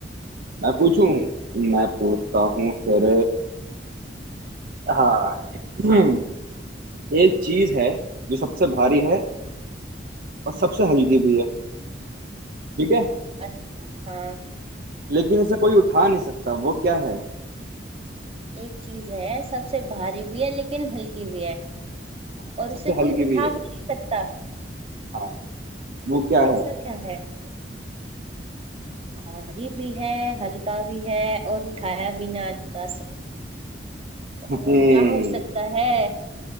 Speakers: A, on the right; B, on the right.
A: मैं पूछूं मैं पूछता हूँ फिर हाँ <clears throat> एक चीज है जो सबसे भारी है और सबसे हल्की भी है ठीक है
B: अच्छा हाँ
A: लेकिन इसे कोई उठा नहीं सकता वो क्या है
B: एक चीज है सबसे भारी भी है लेकिन हल्की भी है
A: हाँ,
B: और
A: और सबसे
B: उसे कोई
A: हल्की
B: उठा
A: भी है
B: भी नहीं सकता
A: हाँ वो क्या
B: ऐसा
A: है
B: क्या है भारी भी है हल्का भी है और उठाया भी ना जा सकता
A: हम्म,
B: क्या हो सकता है